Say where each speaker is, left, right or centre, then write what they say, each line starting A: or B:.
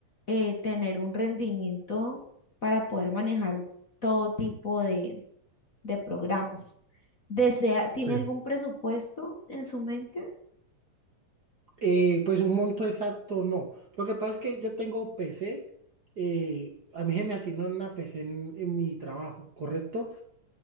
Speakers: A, on the left; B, on the right.
A: eh, tener un rendimiento para poder manejar todo tipo de, de programas. Desea, ¿tiene
B: sí.
A: algún presupuesto en su mente?
B: Eh, pues un monto exacto no. Lo que pasa es que yo tengo PC, eh, a mí se me asignó una PC en, en mi trabajo, ¿correcto?